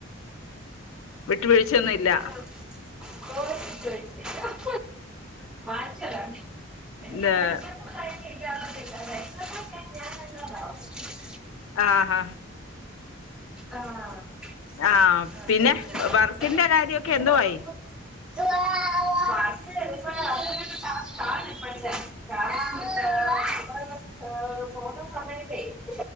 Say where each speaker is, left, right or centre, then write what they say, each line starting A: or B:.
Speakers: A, on the left; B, in the centre.
A: വിട്ട് വീഴ്ച്ചയൊന്നുല്ല.
B: <inaudible> വാങ്ങിച്ചതാണ് എനിക്ക്
A: ന <inaudible>
B: <inaudible>
A: ആഹ് ഹ
B: ആഹ്
A: ആഹ്
B: <inaudible>
A: പിന്നെ വർക്കിന്റെ
B: അപ്പ
A: കാര്യൊക്കെ എന്തോ ആയി
B: <inaudible> ് പോന്ന സമയത്തെ <inaudible>